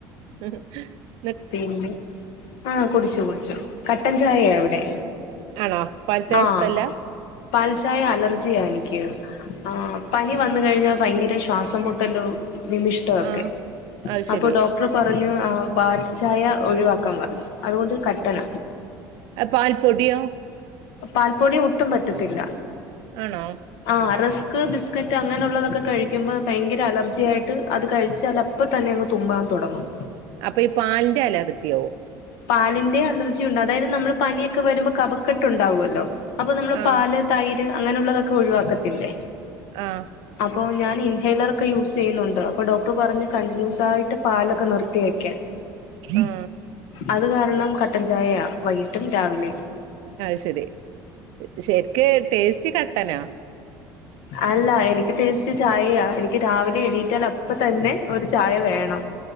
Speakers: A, on the right (about 70°); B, on the left (about 75°).
A: ഉം.
B: പിന്നെ ആഹ്‌ കുടിച്ചു കുടിച്ചു കട്ടൻ ചായ എവിടെ.
A: ആണോ പാൽച്ചായ
B: ആഹ്‌
A: ഇഷ്ടല്ല
B: പാൽചായ അലർജി ജി ആ എനിക്ക് ആ പനി വന്ന കഴിഞ്ഞാൽ ഭയങ്കര ശ്വാസം മുട്ടല്ലും. വിമിഷ്ടംക്കെ
A: ആഹ് അത് ശരി
B: അപ്പൊ ഡോക്ടർ പ പറഞ്ഞു ആ പാൽചായ ഒഴിവാക്കാൻ പറഞ്ഞു. അതുകൊണ്ട് കട്ടന.
A: പാൽ പൊടിയോ
B: പാൽപ്പൊടി ഒട്ടും പറ്റത്തില്ല.
A: ആണോ?
B: ആ റസ്ക് ബിസ്ക്കറ്റ് അങ്ങനെയുള്ളതൊക്കെ കഴിക്കുമ്പോ ഭയങ്കര അലർജിയായിയിട്ട് അത് കഴിച്ചാൽ അപ്പ തന്നെ തുമ്മാൻ തൊടങ്ങും.
A: അപ്പൊ ഈ പാലിന്റെ അലർജി ആവും.
B: പാലിന്റെ അലർജി ഉണ്ട് അതായത് നമ്മൾ പനിയൊക്കെ വരുമ്പോ കഭക്കെട്ട് ഉണ്ടാവുമല്ലോ? അപ്പൊ നമ്മള്
A: ആഹ്
B: പാല് തൈര് അങ്ങനെയുള്ളതൊക്കെ ഒഴിവാക്കത്തില്ലേ.
A: ആഹ്‌
B: അപ്പോ ഞാൻ ഇൻഹേയ്ലറ ഒക്കെ യൂസ് ചെയ്യുന്നുണ്ട് അപ്പോ ഡോക്ടർ പറഞ്ഞു കണ്ടിന്യൂസ്സായിട്ട് പാലൊക്കെ നിർത്തി വെക്കാൻ.
A: ആഹ്‌
B: അത് കാരണം കട്ടൻ ചായയ വൈകിട്ടും രാവിലയും.
A: അയിശരി ശരിക്കി ടേസ്റ്റ് കട്ടനാ.
B: അല്ല എനിക്ക് ടേസ്റ്റ് ചായയ എനിക്ക് രാവിലെ എണീറ്റാൽ അപ്പ തന്നെ ഒരു ചായ വേണം